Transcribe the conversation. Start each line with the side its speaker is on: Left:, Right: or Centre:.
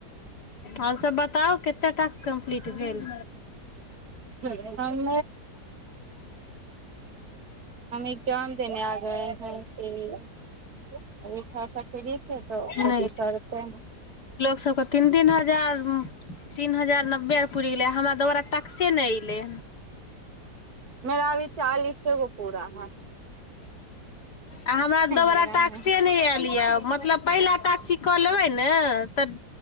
Left: और सब बताउ कटेक टास्क कम्प्लीट भेल
Right: <inaudible> <unintelligible> हम एग्जाम देने आ गए हैं इसीलिए अभी थोड़ा सा फिरी थे तो सोचे
Left: नहि
Right: करते हैं
Left: लोक सबके तीन तीन हजार तीन हजार नब्बे आ पुर गेलै हमरा दबारा टैक्से न एले
Right: <unintelligible> मेरा अभी चालीसे गो पूरा है
Left: आ हमरा दोबारा
Right: मेरा
Left: टाक्स
Right: नहि
Left: न आयल यऽ मतलब पहिला टाक्स इ कऽ लेबै ने तऽ